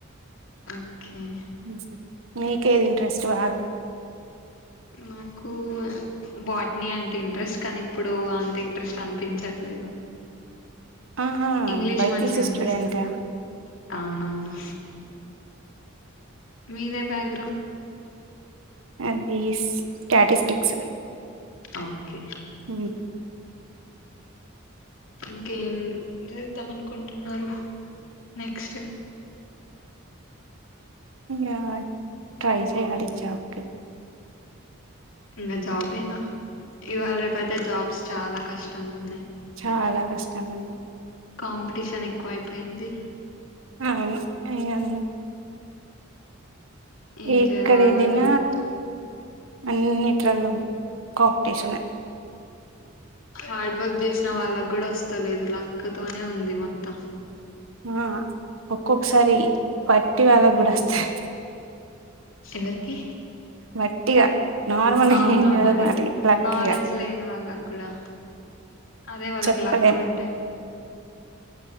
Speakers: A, on the left (about 75°); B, on the right (about 75°).
A: ఓకే
B: హమ్ మీకేది ఇంట్రెస్ట్ బాగా
A: నాకు బాటిని అంటే ఇంట్రెస్ట్ కానీ ఇప్పుడు అంత ఇంట్రెస్ట్ అనిపించట్లేదు
B: ఆహా
A: ఇంగ్లీష్
B: బైపీసీ
A: మంచిగా అనిపిస్తుంది
B: స్టూడెంటా
A: అవును ఊహ్మ్ మీదే బ్యాక్గ్రౌండ్
B: అది స్టాటిస్టిక్స్
A: ఓకే
B: ఊమ్
A: ఇంకేం ఏద్దాం అనుకుంటున్నారు నెక్స్ట్
B: యా ట్రై చేయాలి జాబ్ కి
A: నా జబేనా ఇవాళ రేపు అయితే జాబ్స్ చాలా కష్టంగా ఉన్నాయ్
B: చాలా కష్టంగున్నా
A: కాంపిటీషన్ ఎక్కువ అయిపోయింది
B: అవును ఇగ అది
A: ఏం
B: ఈక్కడెలిన
A: చేయాలో అర్థం-
B: అన్నిట్లలో కాంపిటీషనే
A: హార్డ్ వర్క్ చేసిన వాళ్ళకు కూడా వస్తలేదు లక్ తోనే ఉంది మొత్తం
B: ఆ ఒక్కొక్కసారి వట్టి వాళ కూడా వస్తాయి
A: ఎవరికి
B: వటిగా నార్మల్
A: అవునవును
B: ఏం చదువుకున్నట
A: అదే
B: లక్కఇగా
A: నాలెడ్జ్ లేని వాళ్ళకి కూడా అదే వాళ్ళకి
B: చెప్పలేం
A: లక్ ఉంటే